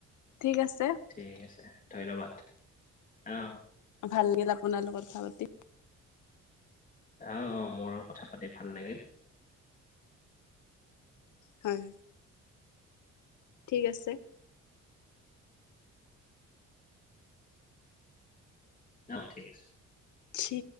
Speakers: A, on the left; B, on the left.
A: ঠিক আছে
B: ঠিক আছে ধন্যবাদ অ।
A: ভাল লাগিলে আপোনাৰ লগত কথা পাতি।
B: অ অ মোৰ কথা পাতি ভাল লাগিল।
A: হয়। ঠিক আছে।
B: অ ঠিক আছে।
A: ছি